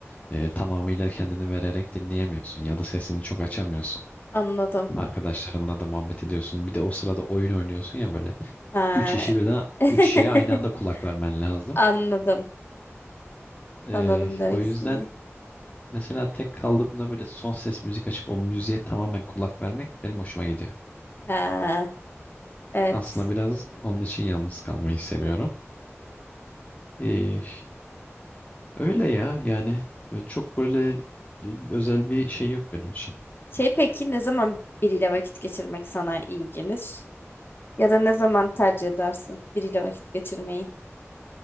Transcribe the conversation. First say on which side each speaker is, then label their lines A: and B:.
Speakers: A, on the left (about 30°); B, on the left (about 50°).
A: e, tamamıyla kendini vererek dinleyemiyorsun. Ya da sesini çok açamıyorsun.
B: Anladım.
A: Arkadaşlarınla da muhabbet ediyorsun. Bir de o sırada oyun oynuyorsun ya böyle.
B: Ha.
A: Üç işi birden,
B: <laughs>
A: üç şeye aynı anda kulak vermen lazım.
B: Anladım.
A: E,
B: Anladım demek
A: o yüzden
B: istediğin.
A: Mesela tek kaldığımda böyle son ses müzik açıp o müziğe tamamen kulak vermek benim hoşuma gidiyor.
B: Ha. Evet.
A: Aslında biraz onun için yalnız kalmayı seviyorum. Ee, öyle ya yani e, çok böyle e, özel bir şey yok benim için.
B: Şey peki ne zaman biriyle vakit geçirmek sana iyi gelir? Ya da ne zaman tercih edersin biriyle vakit geçirmeyi?